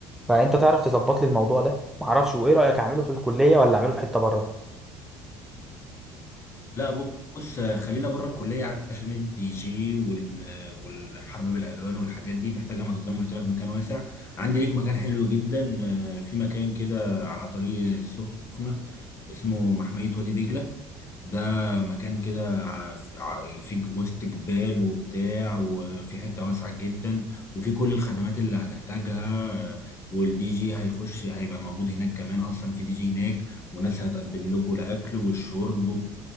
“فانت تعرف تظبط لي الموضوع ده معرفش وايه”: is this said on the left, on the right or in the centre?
Centre